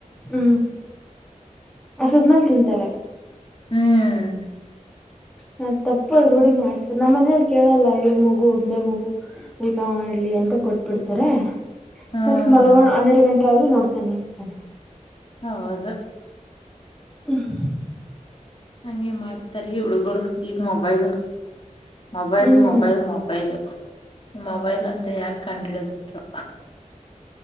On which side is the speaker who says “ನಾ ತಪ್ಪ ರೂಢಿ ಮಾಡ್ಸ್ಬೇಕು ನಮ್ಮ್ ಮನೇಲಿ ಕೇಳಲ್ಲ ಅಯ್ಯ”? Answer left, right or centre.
Centre